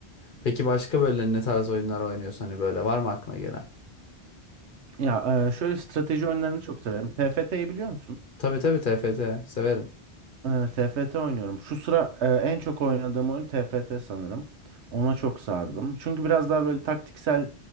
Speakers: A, on the left; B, on the right.
A: Peki başka böyle ne tarz oyunlar oynuyorsun hani böyle var mı aklına gelen?
B: Ya e, şöyle strateji oyunlarını çok severim. TFT'yi biliyor musun?
A: Tabii tabii TFT severim.
B: Ee, TFT oynuyorum. Şu sıra e, en çok oynadığım oyun TFT sanırım. Ona çok sardım. Çünkü biraz daha böyle taktiksel,